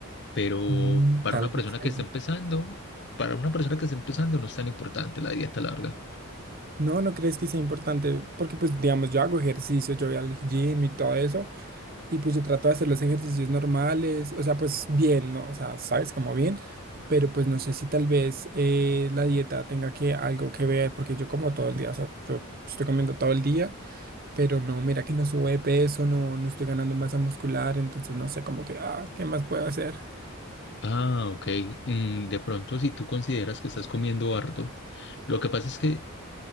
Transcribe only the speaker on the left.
Pero
para
una
persona
que está empezando, para una persona que está empezando no es tan importante la dieta, larga.
Ah, ok. Mm, de pronto, si tú consideras que estás comiendo harto, lo que pasa es que